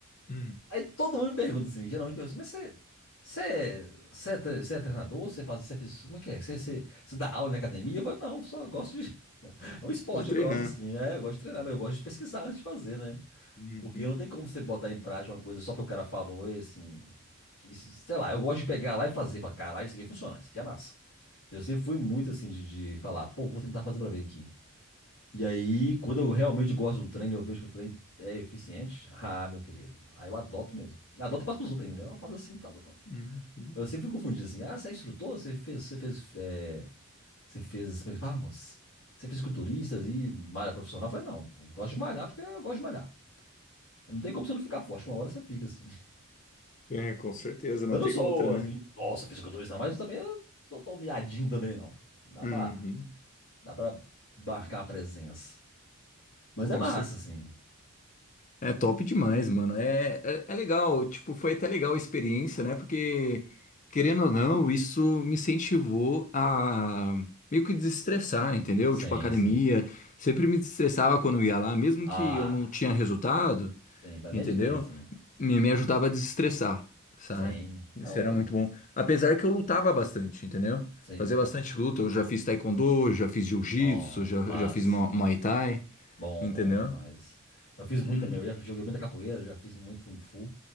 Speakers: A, on the left; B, on the left.
A: uhum.
B: Aí todo mundo me pergunta assim, geralmente pergunta assim, mas você. Você é, você é, tre- você é treinador? Você faz, você fez, como é que é? Você, você, você dá aula na academia? Eu falo, não, só gosto de. <laughs> É um esporte,
A: De treinar.
B: eu gosto, assim. É, eu gosto de treinar, mas eu gosto de pesquisar antes de fazer, né?
A: Uhum,
B: Porque não tem como você botar em prática uma coisa só porque o cara falou, e assim. e sei lá, eu gosto de pegar lá e fazer. Falar, caralho, isso aqui funciona, isso aqui é massa. Eu sempre fui muito assim de, de falar, pô, vou tentar fazer pra ver aqui. E aí, quando eu realmente gosto de um treino, eu vejo que o treino é eficiente. Ah, meu querido. Aí eu adoto mesmo. Adoto e passo pros outros ainda, né? Eu faço assim, tal, tal, tal.
A: uhum.
B: Eu sempre fui confundido assim. Ah, você é instrutor? Você fez, você fez, é, você fez, como é que fala, moço? Você é fisiculturista e malha profissional? Eu falei, não, eu gosto de malhar porque eu gosto de malhar. Não tem como você não ficar forte. Uma hora você fica, assim.
A: É, com certeza,
B: <laughs>
A: não
B: Eu não
A: tem
B: sou,
A: outra,
B: assim,
A: né?
B: nossa, fisiculturista, mas eu também eu não sou tão miadinho também, não. Dá
A: Uhum.
B: pra, dá pra marcar a presença. Mas é
A: Com
B: massa,
A: cer-
B: assim.
A: É top demais, mano. É, é, é legal, tipo, foi até legal a experiência, né? Porque, querendo ou não, isso me incentivou a meio que desestressar, entendeu?
B: Sim,
A: Tipo, academia,
B: sim.
A: sempre me desestressava quando eu ia lá, mesmo
B: Ah,
A: que eu não tinha resultado,
B: sim. Pra mim
A: entendeu?
B: é de lei, assim.
A: Me, me ajudava a desestressar, sabe?
B: Sim.
A: Isso
B: É um...
A: era muito bom. Apesar que eu lutava bastante, entendeu?
B: Sim.
A: Fazia bastante luta. Eu já fiz taekwondo, já fiz jiu-jitsu,
B: não
A: já,
B: mas...
A: já fiz mu- muay thai,
B: Bom,
A: entendeu?
B: bom demais. Eu fiz muito
A: Hum,
B: também. Eu já joguei muita capoeira, já fiz muito kung fu.